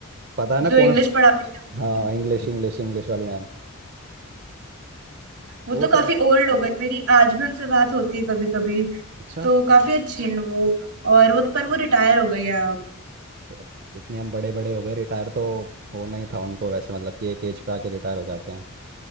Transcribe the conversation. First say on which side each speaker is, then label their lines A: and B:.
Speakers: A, on the right; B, on the right.
A: पता है ना
B: जो इंग्लिश
A: कौन स-
B: पढ़ाती थी
A: हाँ इंग्लिश इंग्लिश इंग्लिश वाली मैम
B: वो
A: वो
B: तो काफी
A: तो
B: ओल्ड हो गई मेरी आज भी उनसे बात होती है कभी कभी
A: अच्छा
B: तो काफी अच्छी है वो और वो पर वो रिटायर हो गई है अब
A: तो अब इतने हम बड़े बड़े हो गए रिटायर तो होना ही था उनको वैसे मतलब कि एक एज पे आके रिटायर हो जाते हैं